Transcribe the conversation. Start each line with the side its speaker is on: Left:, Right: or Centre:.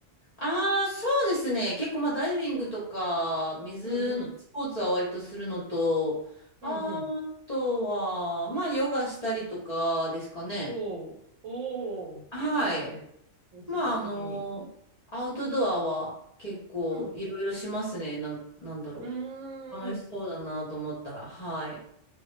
Left: ああ、そうですね。結構、まあ、ダイビングとか、水のスポーツは割とするのと、
Right: うんうん。うんうん。
Left: あとは、まあ、ヨガしたりとかですかね。
Right: おー、おー、
Left: はい。
Right: いいですね。日常的に。
Left: まあ、あの、アウトドアは結構いろいろしますね。
Right: うん。
Left: なん、なんだろ
Right: うーん。
Left: う。楽しそうだなと思ったら、はい。